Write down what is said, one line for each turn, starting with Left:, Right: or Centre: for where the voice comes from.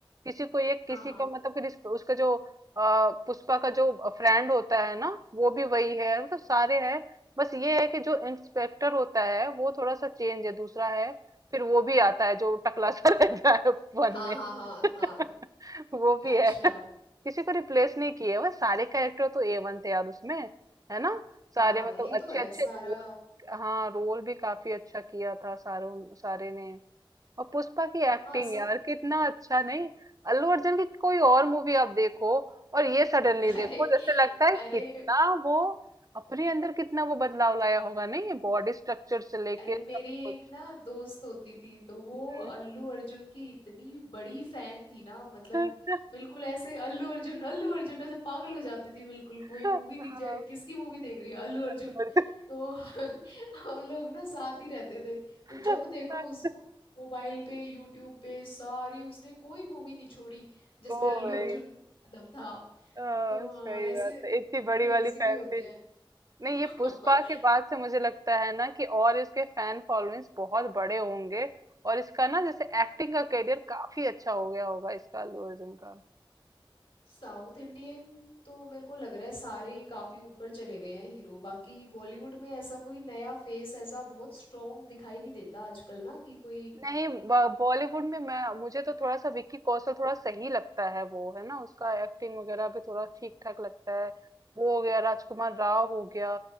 Right: किसी को ये किसी
Left: हाँ हाँ
Right: का मतलब कि रिस- उसका जो अ, पुष्पा का जो फ्रेंड होता है ना वो भी वही है मतलब सारे हैं बस ये है कि जो इंस्पेक्टर होता है वो थोड़ा सा चेंज है दूसरा है फिर वो भी आता है जो टकला सा <laughs> रहता है वन
Left: हाँ
Right: में
Left: हाँ हाँ
Right: <laughs>
Left: हाँ
Right: वो भी
Left: अच्छा
Right: है किसी को रिप्लेस नहीं किए बस सारे कैरेक्टर तो ए वन थे यार उसमें है ना सारे
Left: हाँ
Right: मतलब
Left: ये
Right: अच्छे
Left: तो है
Right: अच्छे
Left: सारा
Right: रोल हाँ रोल भी काफी अच्छा किया था सारों सारे ने और पुष्पा की एक्टिंग
Left: हाँ सब
Right: यार कितना अच्छा नहीं अल्लू अर्जुन की कोई और मूवी आप देखो और ये सडनली
Left: <laughs> अरे
Right: देखो जैसे लगता है
Left: अरे
Right: कितना वो अपने अंदर कितना वो बदलाव लाया होगा नहीं ये बॉडी स्ट्रक्चर से लेके
Left: अरे मेरी
Right: सब कुछ
Left: एक ना दोस्त होती थी तो वो
Right: हम्म।
Left: अल्लू अर्जुन की इतनी बड़ी फैन थी ना मतलब
Right: <laughs>
Left: बिल्कुल ऐसे अल्लू अर्जुन अल्लू अर्जुन ऐसे पागल हो जाती थी बिल्कुल
Right: हाँ,
Left: कोई मूवी दिख जाए किसकी मूवी देख रही है अल्लू अर्जुन
Right: अर्जुन।
Left: तो <laughs> हम लोग ना साथ ही रहते थे तो
Right: <laughs>
Left: जब देखो उसको मोबाइल पे यूट्यूब पे सारी उसने कोई मूवी नहीं छोड़ी जिसमें
Right: ओ
Left: अल्लू
Right: भाई,
Left: अर्जुन मतलब था
Right: आ,
Left: तो
Right: सही
Left: हाँ ऐसे
Right: बात है इतनी
Left: क्रेजी
Right: बड़ी वाली
Left: भी
Right: फैन
Left: होते
Right: थी।
Left: हैं <laughs>
Right: नहीं ये पुष्पा के बाद से मुझे लगता है ना कि और इसके फैन फॉलोइंग्स बहुत बड़े होंगे और इसका ना जैसे एक्टिंग का करियर काफी अच्छा हो गया होगा इसका अल्लू अर्जुन का
Left: साउथ इंडियन तो मेरे को लग रहा है सारे ही काफी ऊपर चले गए हैं हीरो बाकी बॉलीवुड में ऐसा कोई नया फेस ऐसा बहुत स्ट्रॉन्ग दिखाई नहीं देता आजकल ना कि कोई
Right: नहीं ब- बॉलीवुड में मैं मुझे तो थोड़ा सा विक्की कौशल थोड़ा सही लगता है वो है ना उसका एक्टिंग वगैरह भी थोड़ा ठीक ठाक लगता है वो हो गया राजकुमार राव हो गया